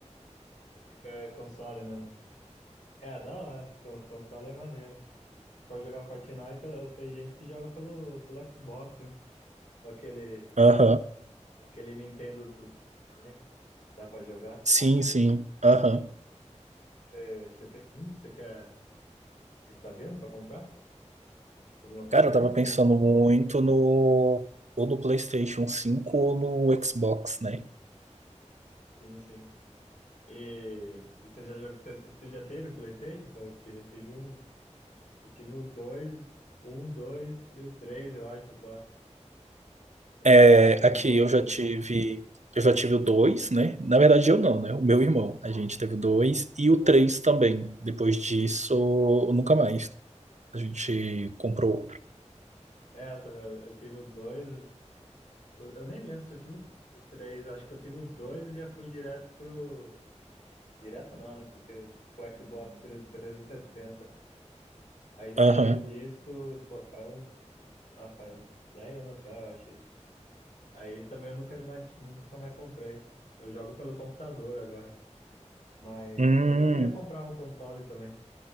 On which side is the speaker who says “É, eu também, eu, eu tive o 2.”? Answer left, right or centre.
Left